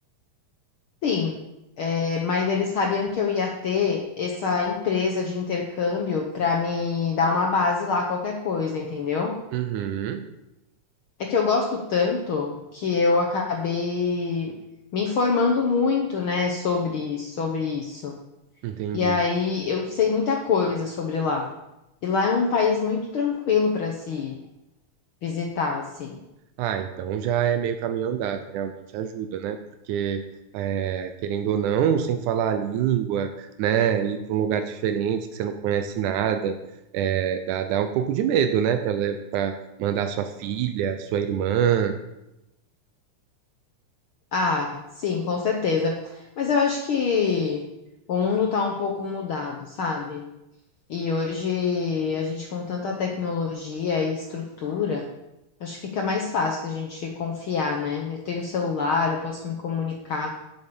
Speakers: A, on the left (about 70°); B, on the right (about 85°).
A: Sim, É, mas eles sabiam que eu ia ter essa empresa de intercâmbio para me dar uma base lá, qualquer coisa, entendeu?
B: Uhum,
A: É que eu gosto tanto que eu acabei me informando muito, né, sobre, sobre isso.
B: entendi.
A: E aí eu sei muita coisa sobre lá. E lá é um país muito tranquilo para se visitar, assim.
B: Ah, então já é meio caminho andado, realmente ajuda, né? Porque, é, querendo ou não, sem falar a língua, né? Ir para um lugar diferente que você não conhece nada, é, dá, dá um pouco de medo, né? Para mandar sua filha, sua irmã,
A: Ah, sim, com certeza. Mas eu acho que o mundo tá um pouco mudado, sabe? E hoje a gente com tanta tecnologia e estrutura, acho que fica mais fácil da gente confiar, né? Eu tenho um celular, eu posso me comunicar